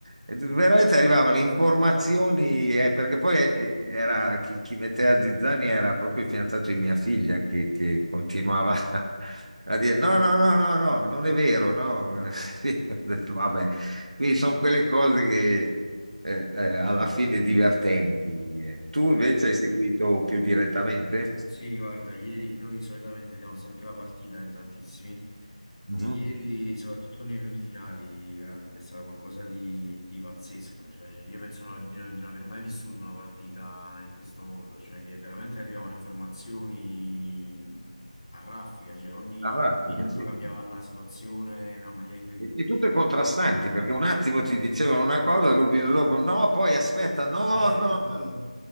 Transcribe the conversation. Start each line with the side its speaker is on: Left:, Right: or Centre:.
Right: veramente arrivavano informazioni, eh, perché poi eh, era, chi, chi metteva Zizzani era proprio il fidanzato di mia figlia che, che continuava <laughs> a dire no, no, no, no, no, non è vero, no, <laughs> Sì, ho detto, vabbè, quindi sono quelle cose che eh, eh, alla fine divertenti. eh. Tu
Left: Guarda,
Right: invece hai seguito più direttamente?
Left: Sì, guarda, ieri noi solitamente vediamo sempre la partita in tantissimi
Right: Mhm.
Left: e ieri, soprattutto nei minuti finali, veramente è stato qualcosa di, di pazzesco. Cioè, io penso no- di, no- di non aver mai vissuto una partita in questo modo, cioè che veramente arrivavano informazioni a raffica, cioè ogni,
Right: Ah, pratica,
Left: ogni minuto
Right: sì,
Left: cambiava
Right: sì.
Left: la situazione in una maniera incredibile.
Right: E, e tutte
Left: cioè.
Right: contrastanti, perché un attimo ti dicevano una cosa, subito dopo no, poi aspetta, no,
Left: <laughs>
Right: no,
Left: No,
Right: no,